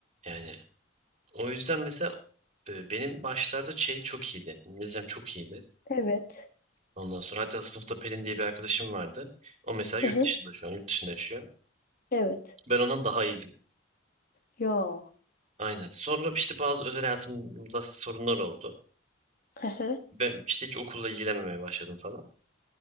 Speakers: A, on the right; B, on the left.
A: Yani o yüzden mesela e, benim başlarda şey çok iyiydi. İngilizcem çok iyiydi.
B: Evet.
A: Ondan sonra hatta sınıfta Pelin diye bir arkadaşım vardı. O mesela yurt
B: Hı hı.
A: dışında şu an yurt dışında yaşıyor.
B: Evet.
A: Ben ondan daha iyiydim.
B: Ya.
A: Aynen. Sonra işte bazı özel hayatımda sorunlar oldu.
B: Hı hı.
A: Ben işte hiç okulla ilgilenmemeye başladım falan.